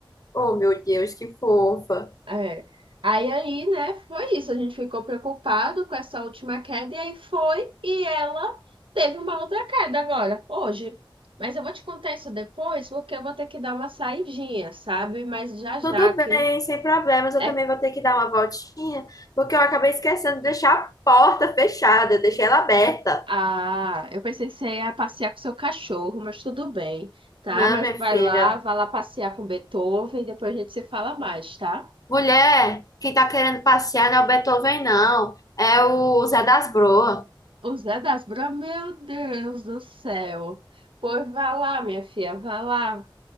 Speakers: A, on the left; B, on the right.
A: Oh, meu Deus, que fofa.
B: É. Aí, aí, né, foi isso. A gente ficou preocupado com essa última queda, e aí foi, e ela teve uma outra queda agora, hoje. Mas eu vou te contar isso depois, porque eu vou ter que dar uma saidinha, sabe? Mas já já
A: Tudo
B: que
A: bem, sem problemas. Eu
B: é.
A: também vou ter que dar uma voltinha, porque eu acabei esquecendo de deixar a porta fechada. Eu deixei ela aberta.
B: Ah, eu pensei que você ia passear com seu cachorro, mas tudo bem, tá?
A: Não,
B: Mas
A: minha
B: vai
A: filha.
B: lá, vai lá passear com Beethoven, e depois a gente se fala mais, tá?
A: Mulher, quem tá querendo passear não é o Beethoven, não. É o Zé das Broas.
B: O Zé das Bra, meu Deus do céu. Pois vai lá, minha filha, vai lá.